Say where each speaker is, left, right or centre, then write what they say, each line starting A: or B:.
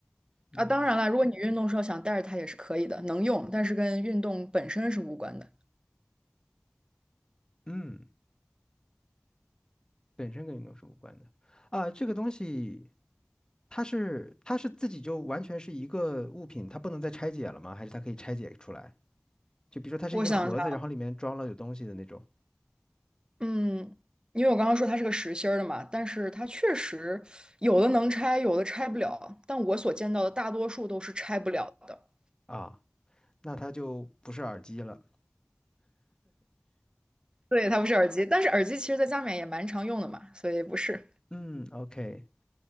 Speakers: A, on the left; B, on the right.
A: 嗯
B: 啊。当然了，如果你运动时候想带着它也是可以的，能用，但是跟运动本身是无关的。
A: 嗯，本身跟运动是无关的。啊，这个东西它是它是自己就完全是一个物品，它不能再拆解了吗？还是它可以拆解出来？就比如说它是一个盒子，
B: 我想一下，
A: 然后里面装了有东西的那种
B: 嗯，因为我刚刚说它是个实心儿的嘛，但是它确实有的能拆，有的拆不了，但我所见到的大多数都是拆不了的。
A: 啊。那它就不是耳机了。
B: 对，它不是耳机，但是耳机其实在家里面也蛮常用的嘛，所以不是。
A: 嗯，OK，